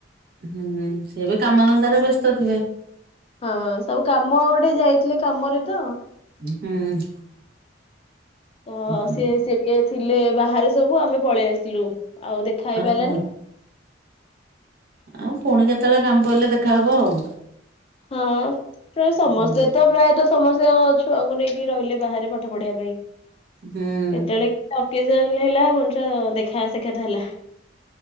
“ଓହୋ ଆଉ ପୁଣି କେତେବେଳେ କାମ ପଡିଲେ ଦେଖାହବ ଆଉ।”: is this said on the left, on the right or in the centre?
Right